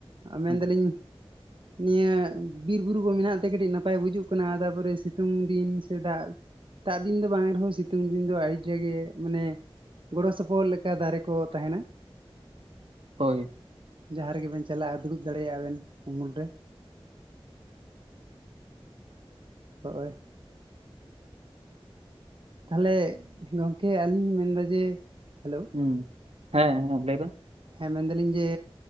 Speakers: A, on the right; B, on the right.
A: ᱢᱮᱱᱫᱟᱞᱤᱧ
B: ᱦᱩᱸ
A: ᱱᱤᱭᱟᱹ ᱵᱤᱨ ᱵᱩᱨᱩ ᱠᱚ ᱢᱮᱱᱟᱜ ᱛᱮ ᱠᱟᱹᱴᱤᱡ ᱱᱟᱯᱟᱭ ᱵᱩᱡᱩᱜ ᱠᱟᱱᱟ ᱛᱟᱯᱚᱨᱮ ᱥᱤᱛᱩᱝ ᱫᱤᱱ ᱥᱮ ᱫᱟᱜᱽ ᱫᱟᱜᱽ ᱫᱤᱱ ᱫᱚ ᱵᱟᱝ ᱨᱮᱦᱚᱸ ᱥᱤᱛᱩᱝ ᱫᱤᱱ ᱫᱚ ᱟᱹᱰᱤ ᱡᱟᱭᱜᱮ ᱢᱟᱱᱮ ᱜᱚᱲᱚ ᱥᱚᱯᱚᱦᱚᱫ ᱞᱮᱠᱟ ᱫᱟᱨᱮ ᱠᱚ ᱛᱟᱦᱮᱱᱟ
B: ᱦᱳᱭ
A: ᱡᱟᱦᱟ ᱨᱮᱜᱮᱵᱮᱱ ᱪᱟᱞᱟᱜᱼᱟ ᱫᱩᱲᱩᱵ ᱫᱟᱲᱮᱭᱟᱜᱼᱟ ᱵᱮᱱ ᱩᱢᱩᱞ ᱨᱮ ᱦᱚᱜᱼᱳᱭ ᱛᱟᱦᱚᱞᱮ ᱜᱚᱝᱠᱮ ᱟᱹᱞᱤᱧ ᱞᱤᱧ ᱢᱮᱱᱫᱟ ᱡᱮ, ᱦᱮᱞᱳ᱾
B: ᱦᱩᱸ ᱦᱮᱸ ᱞᱟᱹᱭ ᱵᱮᱱ᱾
A: ᱦᱮᱸ ᱢᱮᱱᱫᱟᱞᱤᱧ ᱡᱮ